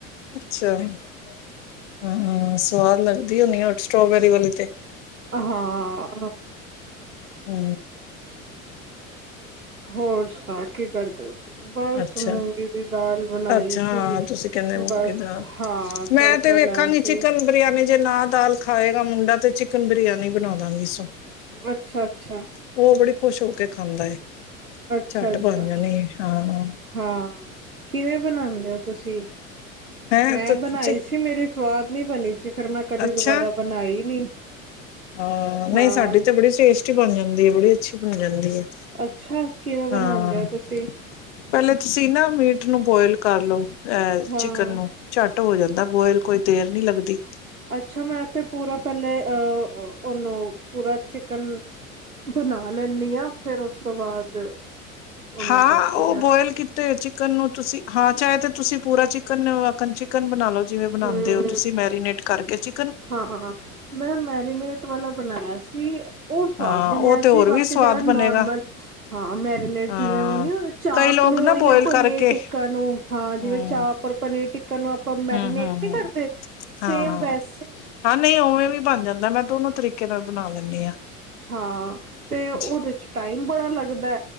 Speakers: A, on the left; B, on the right.
A: ਅੱਛਾ ਹਾਂ ਹਾਂ, ਸਵਾਦ ਲੱਗਦੀ ਹੁੰਦੀ ਸਟ੍ਰੋਾਬੇਰੀ ਵਾਲੀ ਤੇ
B: ਹਾਂ ਹਾਂ
A: ਹੂ
B: ਹੋਰ ਸੁਣਾ ਕੀ ਕਰਦੇ ਔ ਤੁਂਸੀ ਬਸ
A: ਅੱਛਾ
B: ਮੂੰਗੀ ਦੀ ਦਾਲ ਬਣਾਈ
A: ਅੱਛਾ
B: ਸੀ
A: ਤੁਸੀਂ ਕਹਿੰਦੇ ਮੂੰਗੀ
B: ਬਸ
A: ਦਾਲ,
B: ਹਾਂ
A: ਮੈਂ
B: ਤੜਕਾ
A: ਤੇ ਵੇਖਾਂਗੀ
B: ਲਾਇਆ ਸੀ
A: ਚਿਕਨ ਬਰਿਆਨੀ ਜੇ ਨਾ ਦਾਲ ਖਾਏਗਾ ਮੁੰਡਾ, ਤੇ ਚਿਕਨ ਬਿਰਿਆਨੀ ਬਣਾ ਦਾਂ ਗੀ ਸੁ,
B: ਅੱਛਾ ਅੱਛਾ
A: ਉਹ ਬੜੀ ਖੁਸ਼ ਹੋ ਕੇ ਖਾਂਦਾ ਏ
B: ਅੱਛਾ
A: ਝੱਟ
B: ਅੱਛਾ,
A: ਬਣ ਜਾਣੀ ਏ ਹਾਂ
B: ਹਾਂ, ਕਿਵੇਂ ਬਣਾਉਂਦੇ ਹੋ ਤੁਸੀਂ
A: ਹੈਂ
B: ਮੈਂ
A: ਚ
B: ਬਣਾਈ ਸੀ ਮੇਰੀ ਸਵਾਦ ਨਹੀਂ ਬਣੀ ਸੀ ਫਿਰ ਮੈਂ ਕਦੇ
A: ਅੱਛਾ
B: ਦੁਬਾਰਾ ਬਣਾਈ ਨੀ
A: ਹਾਂ
B: ਹਾਂ
A: ਨਹੀਂ ਸਾਡੀ ਤੇ ਬੜੀ ਟੇਸਟੀ ਬਣ ਜਾਂਦੀ ਹੈ, ਬੜੀ ਅੱਛੀ ਬਣ ਜਾਂਦੀ ਹੈ
B: ਅੱਛਾ ਕਿਵੇਂ ਬਣਾਉਂਦੇ
A: ਹਾਂ
B: ਹੋ ਤੁਸੀਂ
A: ਪਹਿਲੇ ਤੁਸੀਂ ਨਾ ਮੀਟ ਨੂੰ ਬੋਇਲ ਕਰਲਓ ਅਹ
B: ਹਾਂ
A: ਚਿਕਨ ਨੂੰ ਝੱਟ ਹੋ ਜਾਂਦਾ ਵੋਇਲ ਕੋਈ ਦੇਰ ਨੀ ਲੱਗਦੀ
B: ਅੱਛਾ ਮੈਂ ਤੇ ਪੂਰਾ ਪਹਿਲੇ ਅਹ ਉਹਨੂੰ ਪੂਰਾ ਚਿਕਨ ਬਣਾ ਲੈਂਦੀ ਹਾਂ ਫਿਰ ਉਸ ਤੋਂ ਬਾਅਦ ਉਹਨੂੰ
A: ਹਾਂ
B: ਕਰਦੀ
A: ਉਹ
B: ਆ
A: ਬੋਇਲ ਕੀਤੇ ਚਿਕਨ ਨੂੰ ਤੁਸੀਂ, ਹਾਂ ਚਾਹ ਤੇ ਤੁਸੀਂ ਪੂਰਾ ਚ ਇਨਾ ਵਕਣ ਚਿਕਨ ਬਣਾ ਲੋ ਜਿਵੇਂ ਬਣਾਉਂਦੇ
B: ਹਮ
A: ਹੋ ਤੁਸੀਂ ਮੈਰੀਨੇਟ ਕਰਕੇ ਚਿ
B: ਹਾਂ ਹਾਂ ਮੈਂ ਮੈਰੀਨੇਟ ਵਾਲਾ ਬਣਾਇਆ ਸੀ ਕਿ ਉਹ ਸਵਾਦ
A: ਹਾਂ
B: ਬਣਿਆ
A: ਉਹ ਤੇ ਹੋਰ
B: ਸੀ, ਬਾਕੀ
A: ਵੀ ਸਵਾਦ
B: ਜਿਹੜਾ ਨੋਰਮਲ
A: ਬਣੇਗਾ
B: ਹਾਂ ਮੈਰੀਨੇਟ
A: ਹਾਂ
B: ਜਿਵੇਂ ਉਹ ਨ ਚਾਪ
A: ਕਈ ਲੋਕ
B: ਨੂੰ
A: ਨਾ ਬੋਇਲ
B: ਜਾਂ ਪਨੀਰ
A: ਕਰਕੇ
B: ਟਿੱਕਾ ਨੂੰ ਹਾਂ ਜਿਵੇਂ
A: ਹਮ
B: ਚਾਪ ਔਰ ਪਨੀਰ ਟਿੱਕਾ ਨੂੰ ਆਪਾਂ ਮੈਰੀਨੇਟ
A: ਹਮ ਹਮ
B: ਨ
A: ਹਮ
B: ਕਰਦੇ
A: ਹਾਂ
B: ਸੇਮ
A: ਹਾਂ
B: ਵੈਸ
A: ਹਾਂ ਨਹੀਂ ਉਵੇਂ ਵੀ ਬਣ ਜਾਂਦਾ ਮੈਂ ਦੋਨੋ ਤਰੀਕੇ ਨਾਲ ਬਣਾ ਲੈਂਦੀ ਹਾਂ
B: ਹਾਂ ਤੇ ਉਹਦੇ
A: ਜੀ
B: ਚ ਟਾਈਮ ਬੜਾ ਲੱਗਦਾ